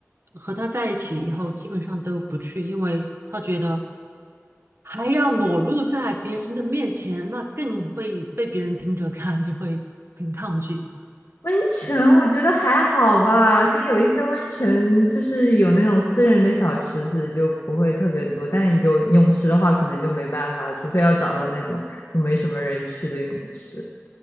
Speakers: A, on the right (about 55°); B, on the left (about 65°).
A: 和他在一起以后，基本上都不去，因为他觉得还要裸露在别人的面前，那更会被别人盯着看，就会很抗拒。
B: 温泉我觉得还好吧，
A: 对，
B: 它有一些温泉就是有那种私人的小池子，就不会特别多。但有泳池的话，可能就没办法了除非要找到那种就没什么人去的泳池。